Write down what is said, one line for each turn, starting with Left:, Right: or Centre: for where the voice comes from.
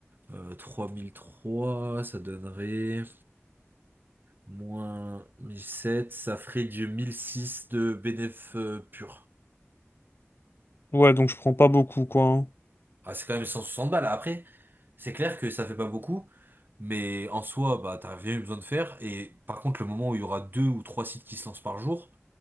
Right: euh, 3003, ça donnerait... Moins 1007, ça ferait du 1006 de bénéf euh, pur.
Left: ouais, donc je prends pas beaucoup, quoi. hein.
Right: Ah, c'est quand même 160 balles. Après, c'est clair que ça fait pas beaucoup, mais en soi, bah, t'as rien eu besoin de faire. Et par contre, le moment où il y aura deux ou trois sites qui se lancent par jour,